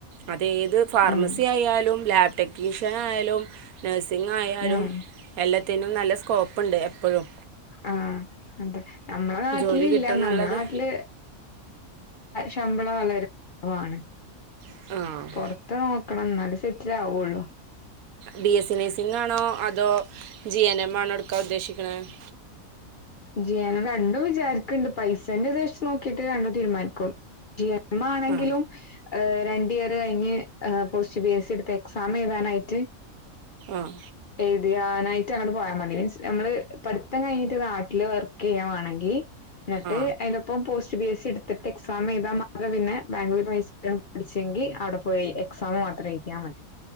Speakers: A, on the right; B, on the left.
A: അതേഏത് ഫാർമസി
B: ആഹ്
A: ആയാലും ലാബ് ടെക്നീഷ്യൻ ആയാലും നഴ്സിംഗ ആയാലും
B: ആഹ്
A: എല്ലാത്തിനും നല്ല സ്കോപ്പ്ണ്ട് എപ്പഴും
B: ആഹ്‌ അതെ നമ്മളെ നാട്ടില
A: ജോലി കിട്ടുമെന്നുള്ളത്
B: ഇല്ല നമ്മളെ നാട്ടില് ശമ്പളം വളരെ കുറവാണ്
A: ആഹ്‌
B: പുറത്ത് നോക്കണം എന്നാല് സെറ്റിൽ ആവുള്ളൂ
A: ബി എസ് സി നേഴ്സിംഗാണോ അതോ ജി എൻ എം ആണോ എടുക്കാ ഉദ്ദേശിക്കു ന്നദ്‌
B: ജി എൻ എം രണ്ടോ വിചാരിക്കുന്നുണ്ട് പൈസേന്റെ വച്ച് നോക്കിയിട്ട് രണ്ടോ തീരുമാനിക്കുള്ളു ടി എം ആണെങ്കിലും
A: ആ
B: രണ്ട് ഇയർ കഴിഞ്ഞ് പോസ്റ്റ് ബി എസ് സി എടുത്ത എക്സാം എഴുതാനായിട്ട്
A: ആഹ്‌
B: എഴുതിനായിട്ട് അങ്ങട്ട് പോയാ മതി മീൻസ് നമ്മള് പഠിത്തം കഴിഞ്ഞട്ട് വിട്ടില് വർക്ക് ചെയ്യ വാണെങ്കിൽ എന്നിട്ട്
A: ആ
B: അയ് ഇപ്പം പോസ്റ്റ് ബി എസ് സി എടുത്തിട്ട് എക്സാംഴ്താ മാത്ര പിന്ന ബാംഗ്ലൂർ പഠിച്ചെങ്കിൽ അവിടെ പോയി എക്സാം മാത്രം എഴുതിയാ മതി